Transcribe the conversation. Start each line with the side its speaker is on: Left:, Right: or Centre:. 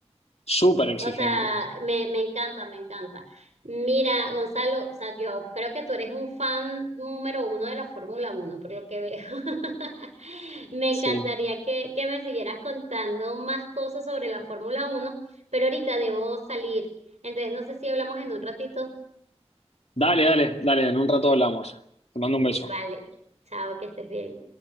Left: Súper exigente.
Right: O sea, me, me encanta, me encanta. Mira, Gonzalo, o sea, yo creo que tú eres un fan número uno de la Fórmula Uno, por lo que veo. <laughs> Me encantaría
Left: Sí.
Right: que, que me siguieras contando más cosas sobre la Fórmula Uno, pero ahorita debo salir. Entonces, no sé si hablamos en un ratito.
Left: Dale, dale, dale, en un rato hablamos. Te mando un beso.
Right: Vale, chao, que estés bien.